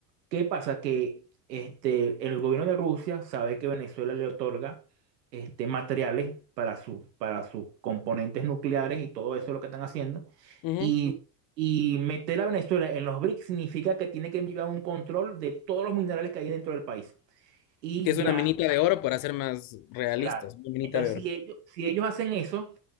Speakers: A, on the right (about 85°); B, on the left (about 45°).
A: ¿Qué pasa? Que este, el gobierno de Rusia sabe que Venezuela le otorga este, materiales para, sus para sus componentes nucleares y todo eso es lo que están haciendo.
B: Ujú.
A: Y, y meter a Venezuela en los BRICS significa que tiene que enviar un control de todos los minerales que hay dentro del país. Y
B: Que es
A: ya,
B: una minita de oro para ser más realistas,
A: claro.
B: una minita
A: Entonces,
B: de oro.
A: si ellos, si ellos hacen eso,